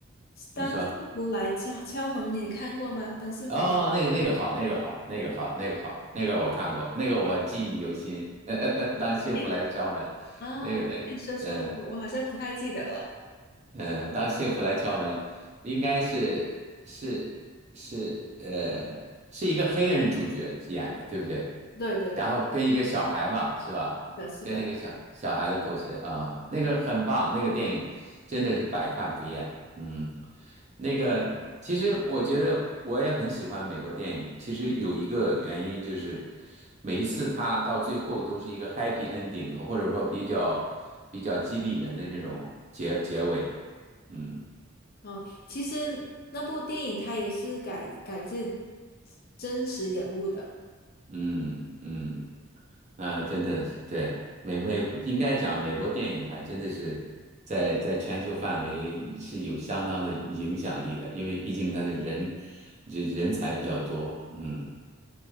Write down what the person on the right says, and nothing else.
你说。
哦，那个那个好，那个好，那个好，那个好，那个我看过，那个我记忆犹新，<laughs> 当幸福来敲门，
那个那个，
嗯。
嗯，当幸福来敲门，应该是是是呃，是一个黑人主角演的，对不对？
然后跟一个小孩嘛，是吧？
跟那个小小孩的故事啊，那个很棒，那个电影真的是百看不厌。嗯，那个其实我觉得我也很喜欢美国电影，其实有一个原因就是每一次它到最后都是一个 happy ending，或者说比较比较激励人的那种结结尾。嗯
嗯嗯，那真的是对美美，应该讲美国电影还真的是在在全球范围是有相当的影响力的，因为毕竟它的人这人才比较多。嗯